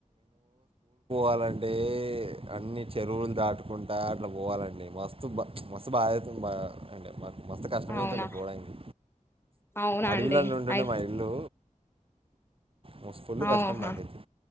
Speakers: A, on the right (about 45°); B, on the left (about 15°).
A: చెప్పాలంటే అన్ని చెరువులు దాటుకుంటా అట్లా పోవాలండి మస్తు బా మస్తు బాధే బా అంటే మ మస్తు కష్టమైతుండు
B: అవునా
A: పోవడానికి
B: అవునా
A: అడవిలల్లో
B: అండి
A: ఉంటుండే
B: అయితే
A: మా ఇల్లు మస్తు ఫుల్
B: అవుహా
A: కష్టం మాకైతే